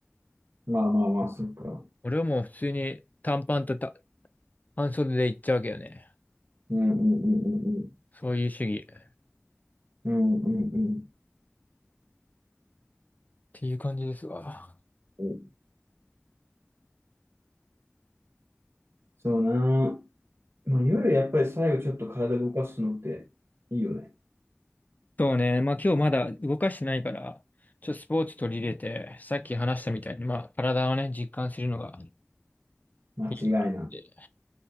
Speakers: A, on the right; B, on the left.
A: う。まあまあまあ、そっか。
B: 俺はもう普通に短パンとた半袖で行っちゃうわけよね。
A: うんうんうんうんうん。
B: そういう主義。っ
A: うんうん
B: ていう感じですわ。
A: うん。そうな。まあ、夜やっぱり最後ちょっと体動かすのっていいよね。
B: そうね。まあ今日まだ動かしてないから、ちょっとスポーツ取り入れて、さっき話したみたいに、まあ体をね、実感するのが
A: 間違いない。
B: いいかなって。